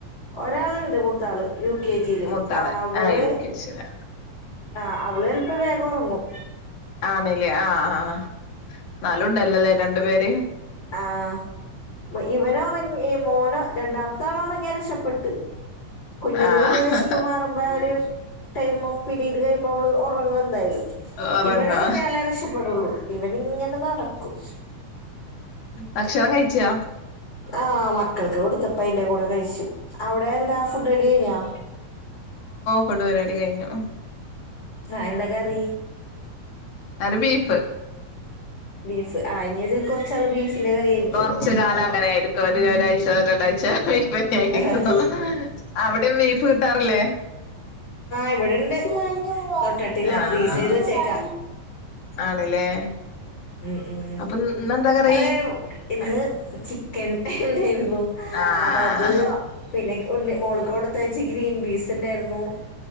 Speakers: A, on the left (about 35°); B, on the left (about 55°).
A: ഒരാള്ണ്ട് മൂത്താള് യു കെ ജില്
B: മൂത്താള്
A: അഹ് അവള്
B: ആഹ് യു കെ ജിലാ
A: ആഹ് അവള് എല്പ്പ വേഗൊറങ്ങും
B: ആണില്ലേ ആഹ് ആഹ് അഹ് ന്നാലുണ്ടല്ലല്ലേ രണ്ടു പേര്
A: ആഹ് ഇവനോറങ്ങി <unintelligible> മോനോ രണ്ടാമത്തളോറങ്ങിയാ രക്ഷപ്പെട്ട് കുഞ്ഞീത്
B: ആഹ്
A: പിന്നെ വെശ്പ്പ് മാറുമ്പോര് ടൈം ഓഫ് പീരീഡ് കഴിയ്മ്പോ അവള് ഉറങ്ങുന്തായാലും
B: ഉറങ്ങാ
A: ഇവനൊറങ്ങിയാലേ രക്ഷപ്പെടുള്ളൂ ഇവൻ ഇങ്ങനെ നടക്കും
B: ഭക്ഷണം കയിച്ചാ
A: ആഹ് മക്കൾക്ക് കൊടുത്തപ്പ അയിന്റെ കൂടെ കയിച്ചു അവിടെ എന്താ ഫുഡ്അഡിയിഞ്ഞാ
B: ഫുഡ്‌പര്പാടി കയിഞ്ഞു
A: ആഹ് എന്താ കറി?
B: കറി ബീഫ്
A: ബീഫ് ആഹ് ഇഞ്ഞി ഒരു കൊറച്ചാള് ബീഫിന്റെ കളിയാരിക്കും.
B: കൊറച്ച് കാലം അങ്ങനെ ആയിരിക്കും ഒരു ഒരാഴ്ച <unintelligible> ആയിരിക്കും
A: ആഹ്
B: അവിടെ ബീഫ് കിട്ടാറില്ലേ
A: ഇവി- ഇണ്ട് തൊട്ടട്ടില്ല
B: ആഹ്
A: ഫ്രീസെയ്ത്
B: ആഹ്
A: വെച്ചേക്ക.
B: ആണ്ല്ലേ
A: ഉം ഉം
B: അപ്പൊ ഇന്നെന്താ കറി
A: അതായ ഇന്ന് ചിക്കൻ ണ്ടെര്. ന്നു
B: ആഹ്
A: അപ്പൊ അത് പിന്നേക് ഉണ്ണിമോൾ - ഇകൊടുത്തയിച്ച് ഗ്രീൻ ബീസ് ണ്ടായിരുന്നു